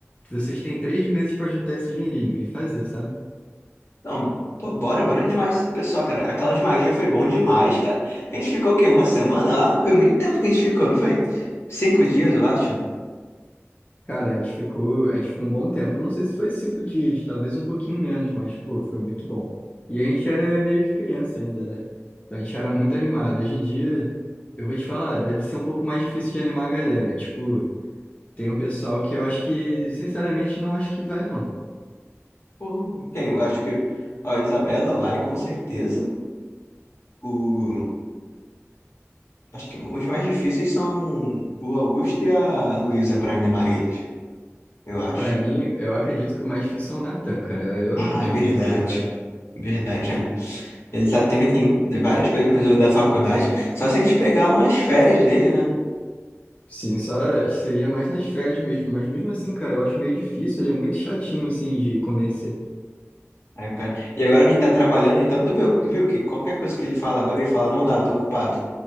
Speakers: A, on the left; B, on the left.
A: vocês têm três meses para juntar esse dinheirinho e fazer, sabe?
B: Não, pô, bora, bora demais. Pessoal, cara, aquela de magia foi bom demais, cara. A gente ficou o quê? Uma semana lá? Foi muito tempo que a gente ficou, não foi? Cinco dias, eu acho.
A: Cara, a gente ficou, a gente ficou um bom tempo. Não sei se foi cinco dias, talvez um pouquinho menos, mas, pô, foi muito bom. E a gente era meio que criança ainda, né? Então a gente era muito animado. Hoje em dia, eu vou te falar, deve ser um pouco mais difícil de animar a galera. Tipo, tem um pessoal que eu acho que, sinceramente, não acho que vai, não.
B: Pô, quem? Eu acho que ó, a Isabela vai, com certeza. O... Acho que os mais difíceis são o Augusto e a Luísa pra animar eles, eu acho.
A: Pra mim, eu acredito que o mais difícil é o Natan, cara. Eu
B: Ah,
A: duvido
B: é verdade.
A: que ele vai.
B: Verdade, é. Ele tá, também tem várias coisas pra resolver da faculdade. Só se a gente pegar umas férias dele, né?
A: Sim, só acho que seria mais nas férias mesmo. Mas mesmo assim, cara, eu acho meio difícil. Ele é muito chatinho, assim, de convencer.
B: É, cara. E agora que ele tá trabalhando, então, tu viu, viu que qualquer coisa que ele fala agora, ele fala, não dá, tô ocupado.